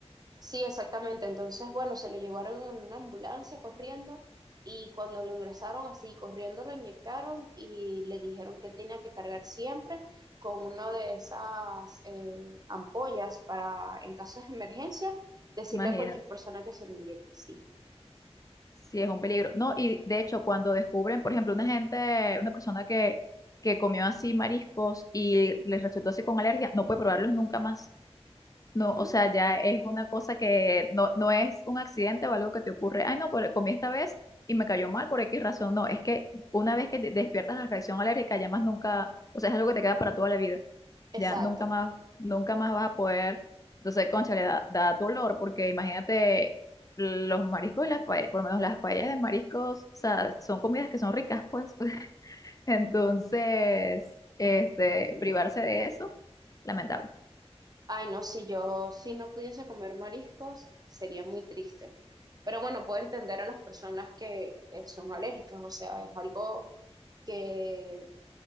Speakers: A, on the right; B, on the left.
A: Sí, exactamente. Entonces, bueno, se lo llevaron en una ambulancia corriendo y cuando lo ingresaron así corriendo lo inyectaron y le dijeron que él tenía que cargar siempre con una de esas eh, ampollas para, en casos de emergencia, decirle
B: Imagínate,
A: a cualquier persona que se lo inyecte, sí.
B: sí es un peligro. No, y de hecho cuando descubren, por ejemplo, una gente, una persona que, que comió así mariscos y les resultó así con alergia, no puede probarlos nunca más. No, o
A: Mm.
B: sea, ya es una cosa que no, no es un accidente o algo que te ocurre. Ay, no, pero comí esta vez y me cayó mal por X razón. No, es que una vez que te- despiertas la reacción alérgica, ya más nunca, o sea, es algo que te queda para toda la vida.
A: Exacto.
B: Ya nunca más, nunca más vas a poder. Entonces, concha, le da, da dolor porque imagínate los mariscos y las paellas, por lo menos las paellas de mariscos, o sea, son comidas que son ricas, pues. <laughs> Entonces, este, privarse de eso, lamentable.
A: Ay, no, si yo, si no pudiese comer mariscos, sería muy triste. Pero bueno, puedo entender a las personas que, que son alérgicas, o sea, es algo que